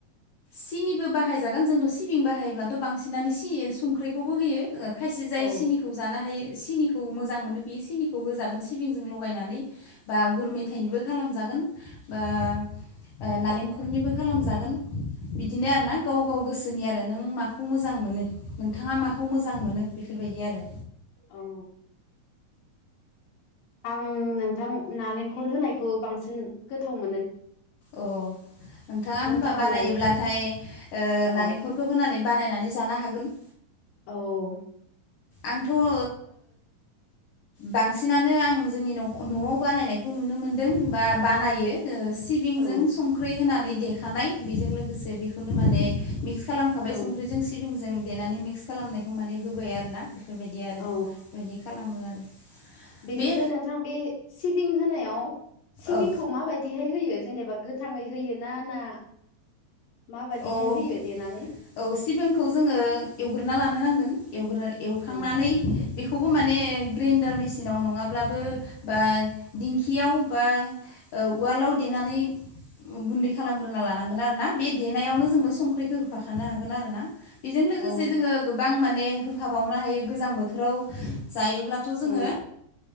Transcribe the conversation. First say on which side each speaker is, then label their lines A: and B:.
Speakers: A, on the left (about 50°); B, on the left (about 80°).
A: सिनिबो बाहायजागोन जोंबो सिबिं बाहायोब्लाथ बांसिनानो सि संख्रिखौबो होयो ओ खायसे जाय
B: औ
A: सिनिखौ जानो हायो सिनिखौ मोजां मोनो बेयो सिनिखौ होजागोन सि सिबिंजों लगायनानै बा गुर मेथाइनिबो खालामजागोन बा ओ नालेंखलनिबो खालामजागोन बिदिनो आर ना गाव गाव गोसोनि आरो नों माखौ खौ मोजां मोनो नोंथाङा माखौ मोजां मोनो बेफोरबायदि आरो
B: औ आं नोंथां नालेंखर होनायखौ बांसिन गोथाव मोनो
A: अ नोंथाङा
B: नोंथाङालाय
A: होमबा बानायोब्लाथाय ओ
B: औ
A: नालेंखरखौ होनानै बानायनानै जानो हागोन
B: औ
A: आंथ ओ बांसिनानो आं जोंनि न नआव बानायनायखौ नुनो मोनदों बा बानायो ओ सिबिंजों
B: औ
A: संख्रि होनानै देखानाय बेजों लोगोसे बेखौनो माने मिक्स खालामखाबाय
B: औ
A: संख्रिजों सिबिंजों देनानै मिक्स खालामनायखौ माने होबाय आरो ना बेफोरबायदि आरो
B: औ
A: बेदि खालामो आरो
B: बेनिफ्राय
A: बे
B: नोंथां बे सिबिं होनायाव सिबिंखौ
A: औ
B: माबायदिहाय होयो जेनेबा गोथाङै होयो ना ना माबादिहाय
A: औ
B: होयो देनानै
A: औ सिबिंखौ जोङो एवग्रोना लानो नांगोन एव एवखांनानै
B: औ
A: बेखौ खौबो माने ग्रेन्डार मेसिनाव नङाब्लाबो बा दिंखियाव बा औ वालाव देनानै गुन्दै खालामग्रोना लानांगोन आरो ना बे देनायावनो जोङो संख्रिखौ होफाखानो हागोन आरो ना बेजों लोगोसे
B: औ
A: जोङो गोबां माने होफाबावनो हायो गोजां बोथोराव जायोब्लाथ जोङो
B: औ